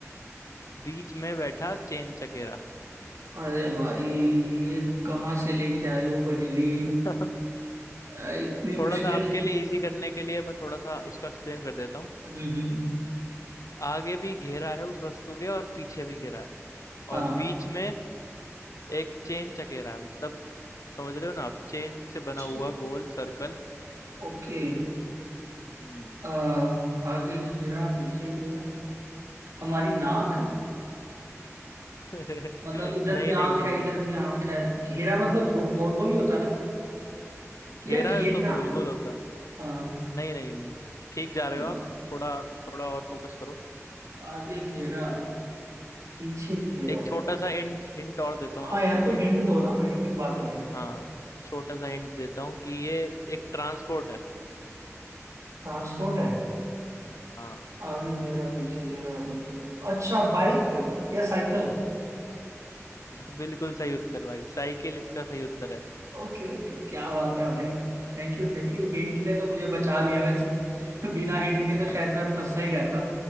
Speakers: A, on the left (about 75°); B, on the right (about 70°).
A: बीच में बैठा चेन चकेरा
B: अरे भाई ये कहाँ से लेके आए हो पहेली
A: <laughs>
B: अ, इतनी
A: थोड़ा
B: मुश्किल
A: सा आपके लिए इजी करने के लिए मैं थोड़ा सा इसको एक्सप्लेन कर देता हूँ
B: हम्म हम्म
A: आगे भी घेरा है उस वस्तु के और पीछे भी घेरा है
B: हाँ
A: और बीच में एक चेन चकेरा है मतलब समझ रहे हो ना आप चेन से बना
B: जी,
A: हुआ गोल सर्कल
B: ओके
A: हम्म
B: आ, आगे घेरा पीछे घेरा हमारी नाक
A: <laughs>
B: मतलब इधर
A: नहीं
B: भी
A: नहीं
B: आंख
A: नहीं
B: है
A: नहीं
B: इधर भी आंख है घेरा मतलब गो, गोल गोल ही होता है ना
A: घेरा
B: या घेरना
A: तो गोल गोल होता
B: आ,
A: नहीं नहीं नहीं ठीक जा रहे
B: या
A: हो आप थोड़ा थोड़ा और फोकस करो
B: आगे घेरा पीछे घेरा
A: एक छोटा सा हिंट हिंट और देता हूँ
B: हाँ
A: आपके
B: यार
A: लिए
B: कोई हिंट दो ना भाई फिर बात बनेगी
A: हाँ छोटा सा हिंट देता हूँ कि ये एक ट्रांसपोर्ट है
B: ट्रांसपोर्ट है
A: हाँ
B: आगे घेरा पीछे घेरा पीछे अच्छा बाइक या साइकिल
A: <laughs> बिल्कुल सही उत्तर भाई साइकिल इसका सही उत्तर है
B: ओके ओके क्या बात है भाई Thank you thank you hint ने तो मुझे बचा लिया वैसे बिना हिंट के तो
A: हाँ
B: शायद मैं फंसा ही रहता